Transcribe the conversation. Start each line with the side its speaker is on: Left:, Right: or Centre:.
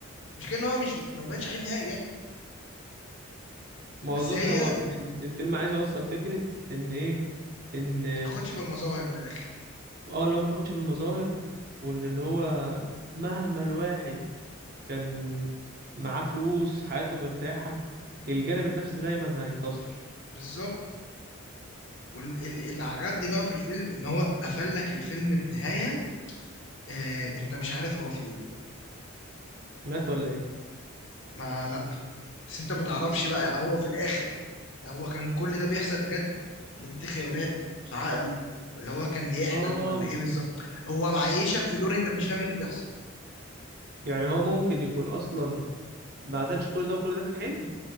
Left: المشكله ان هو مش ما يبانش عليه نهائي يا ابني
Right: ما
Left: بس
Right: اظن
Left: هي
Right: هو بي- الفيلم عايز يوصل فكرة ان ايه ان
Left: ما بتاخدش بالمظاهر من الاخر
Right: اه اللي هو ما تاخدش بالمظاهر وان اللي هو مهما الواحد كان معاه فلوس حياته مرتاحة الجانب النفسي دايما هينتصر
Left: بالظبط واللي عجبني بقى في الفيلم ان هو قفل لك الفيلم بنهايه آه انت مش عارف هو في ايه
Right: مات ولا ايه
Left: ما لا بس انت ما تعرفش بقى هو في الاخر هو كان كل ده بيحصل بجد ولا دي تخيلات في عقله ولا هو كان بيحلم
Right: اه
Left: ولا ايه بالظبط هو معيشك في دور انت مش فاهم إيه اللي بيحصل
Right: يعني هو ممكن يكون اصلا ما قتلش كل ده وكل ده كان حلم